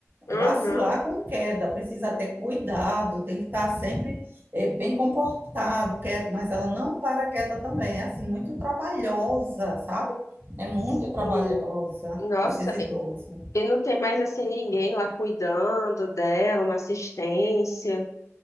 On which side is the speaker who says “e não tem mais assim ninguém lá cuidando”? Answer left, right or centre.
Left